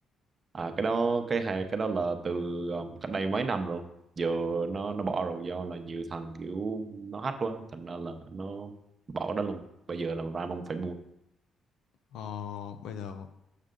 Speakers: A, on the right; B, on the left.
A: à cái đó cái hay cái đó là từ um, cách đây mấy năm rồi giờ nó nó bỏ rồi do là nhiều thằng kiểu nó hack quá thành ra là nó bỏ cái đó luôn bây giờ là Ramon phải mua
B: Ờ bây giờ